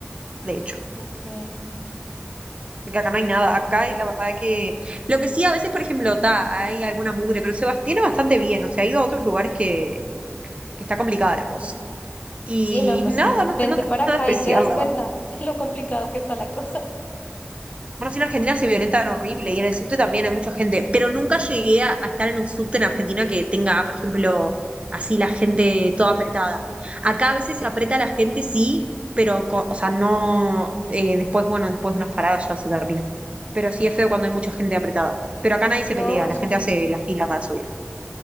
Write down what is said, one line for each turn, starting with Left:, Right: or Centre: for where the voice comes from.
Right: de hecho.
Left: Ok.
Right: Porque acá no hay nada. Acá hay, la verdad que. Lo que sí, a veces, por ejemplo, ta, hay alguna mugre, pero se bas- tiene bastante bien. O sea, ha ido a otros lugares que, que está complicada la cosa. Y
Left: Sí, no, pues
Right: nada,
Left: vente
Right: no, te- no tengo
Left: para acá
Right: nada especial,
Left: y te das
Right: la
Left: cuenta
Right: verdad.
Left: <laughs> de lo complicado que está la cosa.
Right: Bueno, sí, en Argentina se violentan horrible y en el subte también hay mucha gente,
Left: Ujú.
Right: pero nunca llegué a, a estar en un subte en Argentina que tenga, por ejemplo, así la gente toda apretada. Acá a veces se aprieta la gente, sí, pero, co- o sea, no, eh, después, bueno, después de unas paradas ya se termina. Pero sí es feo cuando hay mucha gente apretada. Pero acá nadie se
Left: No,
Right: pelea,
Left: es
Right: la gente
Left: horrible.
Right: hace la fila para subir.